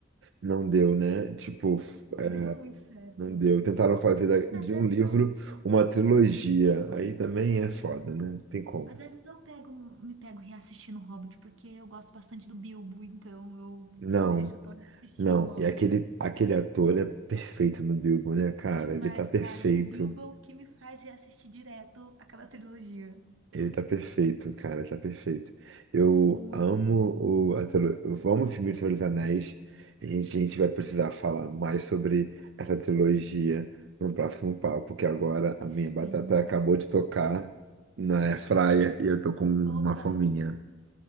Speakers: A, on the right; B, on the right.
A: Não deu, né? Tipo, f-
B: Não
A: é,
B: deu muito certo.
A: não deu. Tentaram fazer da-
B: Mas
A: de
B: às vezes
A: um livro
B: eu.
A: uma trilogia. Aí também é foda, né? Não Tem como.
B: Às vezes eu pego, me pego reassistindo o Hobbit, porque eu gosto bastante do Bilbo, então eu viro
A: Não.
B: e mexe, eu tô reassistindo
A: Não,
B: o Hobbit.
A: e aquele, aquele ator é perfeito no Bilbo, né, cara?
B: Demais,
A: Ele tá perfeito.
B: cara. O Bilbo é o que me faz reassistir direto aquela trilogia.
A: Ele tá perfeito, cara, tá perfeito. Eu
B: Muito
A: amo
B: bom.
A: o. a trilo- Eu amo o filme de Senhor dos Anéis. A gente, a gente vai precisar falar mais sobre essa trilogia no próximo papo, porque agora a
B: Sim.
A: minha batata acabou de tocar na airfryer e eu tô com uma
B: Opa,
A: fominha.